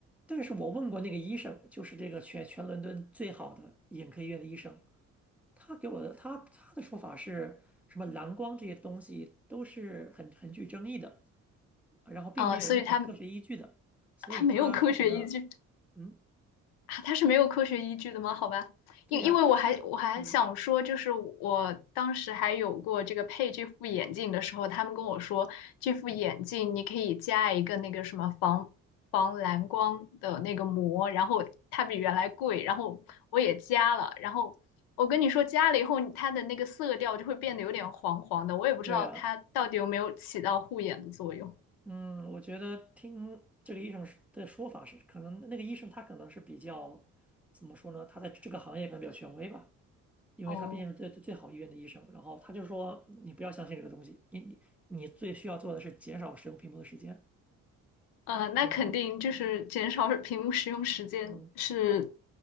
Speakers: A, in the centre; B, on the left.
A: 但是我问过那个医生，就是这个全全伦敦最好的眼科医院的医生，他给我的他他的说法是什么蓝光这些东西都是很很具争议的，然后并没有任何科学依据的，
B: 啊？所以它
A: 所以他他觉得
B: 它没有科学依据。
A: 嗯
B: 啊，它是没有科学依据的吗？好吧，
A: 对呀、
B: 因因为我还我还想说，
A: 但是嗯
B: 就是我当时还有过这个配这副眼镜的时候，他们跟我说，这副眼镜你可以加一个那个什么防防蓝光的那个膜，然后它比原来贵，然后我也加了，然后我跟你说加了以后，它的那个色调就会变得有点黄黄的，我也不知道它到底有没有起到护眼的作用。
A: 对呀、嗯，我觉得听这个医生的说法是，可能那个医生他可能是比较怎么说呢？他在这个行业可能比较权威吧。因为他毕竟是最最最好医院的医生。
B: 哦。
A: 然后他就说，你不要相信这个东西，你你你最需要做的是减少使用屏幕的时间。
B: 呃，那肯定就是减少
A: 可能，
B: <laughs> 屏幕使用时间是
A: 嗯，他